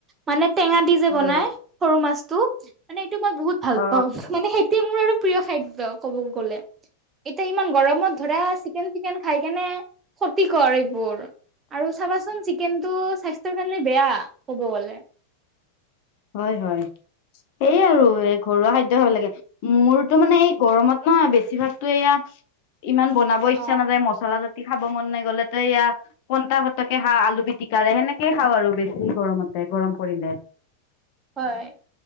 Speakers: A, on the right (about 20°); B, on the left (about 45°).
A: মানে টেঙা দি যে
B: হয়
A: বনাই সৰু মাছটো মানে এইটো মই বহুত ভাল
B: অ
A: পাওঁ মানে সেই- টোৱে মোৰ আৰু প্ৰিয় খাদ্য কব গ'লে এতিয়া ইমান গৰমত ধৰা চিকেন টিকেন খাই কেনে খতি কৰে বোৰ আৰু চাবাচোন চিকেনটো স্বাস্থ্যৰ কাৰণে বেয়া ক'ব গ'লে।
B: হয় হয় সেইয়ে
A: হয়
B: আৰু এ ঘৰুৱা খাদ্য খাব লাগে। মোৰতো মানে এই গৰমত নহ বেছিভাগতো এয়া- ইমান বনাব ইচ্ছা
A: অ
B: নাযায় মছলা জাতি খাব মন নাই গলে ত এয়া- পনটা ভাতকে খাও আলু পিটিকাৰে সেনেকে খাও আৰু বেছি গৰমতে গৰম পৰিলে।
A: হয়